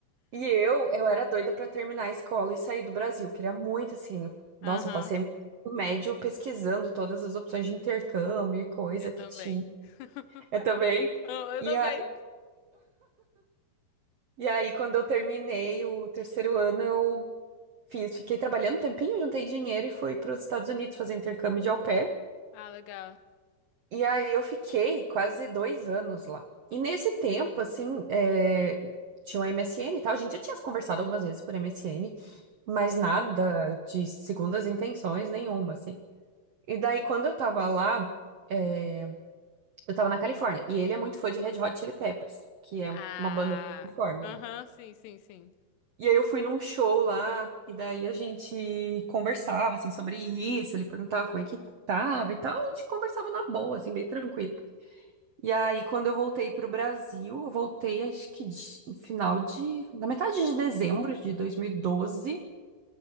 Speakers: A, on the right; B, on the left.
A: E eu, eu era doida pra terminar a escola e sair do Brasil. Queria muito, assim, nossa,
B: Aham,
A: eu passei o médio pesquisando todas as opções de intercâmbio e coisa
B: eu também.
A: que tinha.
B: <laughs>
A: Eu também.
B: Ah, Eu
A: E
B: também.
A: aí, e aí, quando eu terminei o terceiro ano, eu Fiz, fiquei trabalhando um tempinho, juntei dinheiro e fui para os Estados Unidos fazer intercâmbio de au pair.
B: Ah, legal.
A: E aí eu fiquei quase dois anos lá. E nesse tempo, assim, é, tinha um MSN e tal. A gente já tinha se conversado algumas vezes por MSN, mas
B: Sei.
A: nada de segundas intenções nenhuma, assim. E daí, quando eu tava lá, é, eu tava na Califórnia. E ele é muito fã de Red Hot Chili Peppers, que é
B: Ah,
A: uma banda da Califórnia,
B: aham,
A: né?
B: sim, sim, sim.
A: E aí eu fui num show lá, e daí a gente conversava, assim, sobre isso, ele perguntava como é que tava e tal, a gente conversava na boa, assim, bem tranquilo. E aí, quando eu voltei pro Brasil, eu voltei, acho que de- no final de... na metade de dezembro de 2012, e doze,